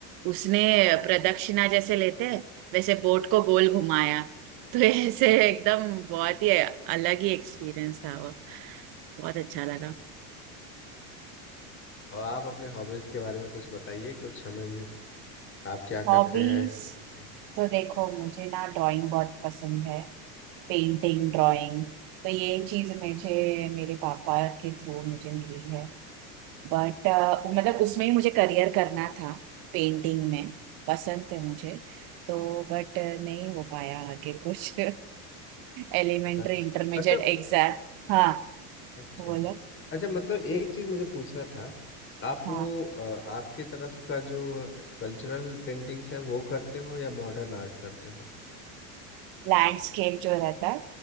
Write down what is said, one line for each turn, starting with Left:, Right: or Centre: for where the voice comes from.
Right: उसने प्रदक्षिणा जैसे लेते हैं वैसे बोट को गोल घुमाया तो ऐसे एकदम बहुत ही अलग ही एक्सपीरियंस था वो बहुत अच्छा लगा
Left: और आप अपने हॉबीज के बारे में कुछ बताइए कुछ हमें भी आप क्या
Right: हॉबीज
Left: करते हैं अपने-
Right: तो देखो मुझे ना ड्राइंग बहुत पसंद है पेंटिंग ड्राइंग तो ये चीज मुझे मेरे पापा के थ्रू मुझे मिली है बट मतलब उसमें ही मुझे करियर करना था पेंटिंग में पसंद है मुझे तो बट नहीं हो पाया आगे कुछ <laughs> एलिमेंट्री
Left: अच्छा
Right: इंटरमीडिएट
Left: अच्छा
Right: एग्जाम हाँ
Left: अच्छा
Right: बोलो
Left: अच्छा अच्छा मतलब एक चीज मुझे पूछना था आप
Right: हाँ
Left: वो अ, आपके तरफ का जो कल्चरल पेंटिंग्स है वो करते हो या मॉडर्न आर्ट करते हो
Right: लैंडस्केप जो रहता है